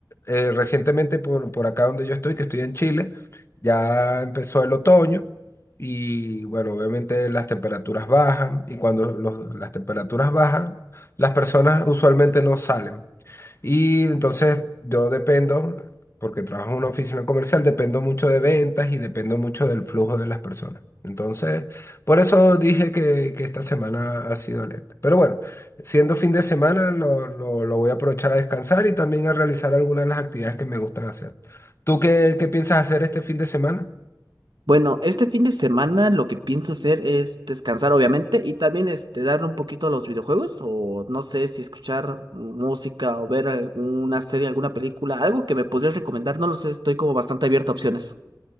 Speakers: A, on the left (about 35°); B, on the right (about 80°).
A: eh, recientemente por, por acá donde yo estoy, que estoy en Chile, ya empezó el otoño y bueno, obviamente las temperaturas bajan y cuando los- las temperaturas bajan, las personas usualmente no salen. Y entonces yo dependo, porque trabajo en una oficina comercial, dependo mucho de ventas y dependo mucho del flujo de las personas. Entonces, por eso dije que, que esta semana ha sido lenta. Pero bueno, siendo fin de semana, lo, lo- lo voy a aprovechar a descansar y también a realizar algunas de las actividades que me gustan hacer. ¿Tú qué, qué piensas hacer este fin de semana?
B: Bueno, este fin de semana lo que pienso hacer es descansar, obviamente, y también este, darle un poquito a los videojuegos, o no sé si escuchar música o ver alguna serie, alguna película, algo que me podrías recomendar, no lo sé, estoy como bastante abierto a opciones.